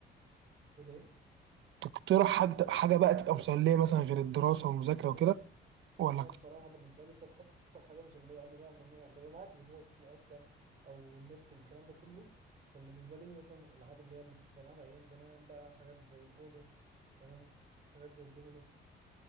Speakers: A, on the right (about 45°); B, on the right (about 75°).
A: قلت له ايه
B: تقترح حاجه حاجه بقى تبقى مسليه مثلا غير الدراسه والمذاكره
A: بص
B: وكده ولا
A: انا بصراحه بالنسبه لي كانت اكتر حاجه مسليه قبل بقى ما انا بيبقى معايا تليفون اصلا او النت والكلام ده كله كان بالنسبه لي مثلا الالعاب اللي هي اللي كنت بلعبها ايام زمان بقى حاجات زي الاونو تمام حاجات زي الدومينو